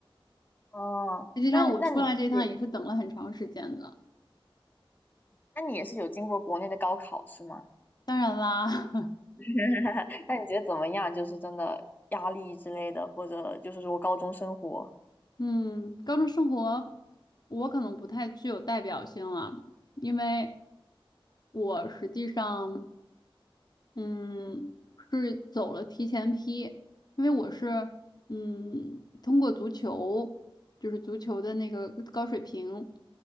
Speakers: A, on the left (about 20°); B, on the left (about 45°).
A: 哦，
B: 实际上我出来这一趟也是等了很长时间的。
A: 那那你也。那你也是有经过国内的高考是吗？
B: 当然啦，<laughs>
A: <laughs> 那你觉得怎么样？就是真的压力之类的，或者就是说高中生活？
B: 嗯，高中生活我可能不太具有代表性了，因为我实际上，嗯，是走了提前批，因为我是，嗯，通过足球，就是足球的那个高水平，